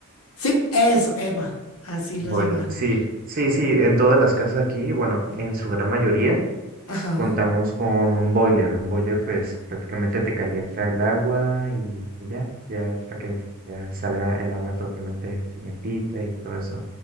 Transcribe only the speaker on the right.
Boiler,
sí, sí, sí, en todas las casas aquí, bueno, en su gran mayoría
s- contamos con un boiler. Un boiler pues prácticamente te calienta el agua y y ya, ya para que ya salga el agua totalmente calientita y todo eso.